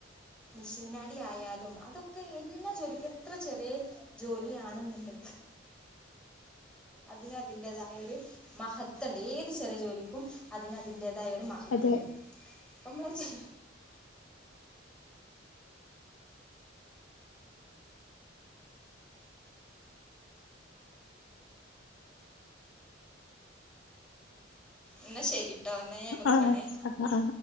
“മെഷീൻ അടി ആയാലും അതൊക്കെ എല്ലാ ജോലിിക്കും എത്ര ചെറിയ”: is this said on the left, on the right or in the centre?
Centre